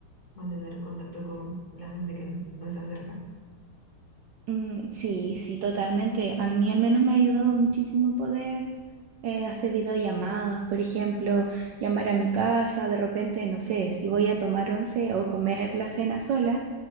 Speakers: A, on the left (about 20°); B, on the right (about 70°).
A: mantener contacto con la gente que n- no está cerca.
B: Mm, sí, sí, totalmente. A mí al menos me ha ayudado muchísimo poder eh, hacer videollamadas, por ejemplo, llamar a mi casa, de repente, no sé, si voy a tomar once o comer la cena sola,